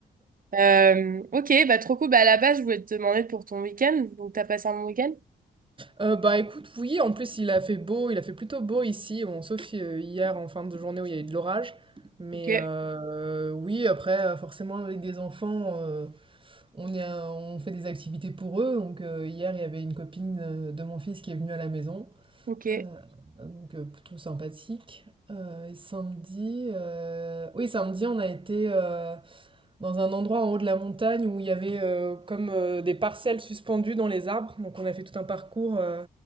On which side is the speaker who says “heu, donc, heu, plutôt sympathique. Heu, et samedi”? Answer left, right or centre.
Right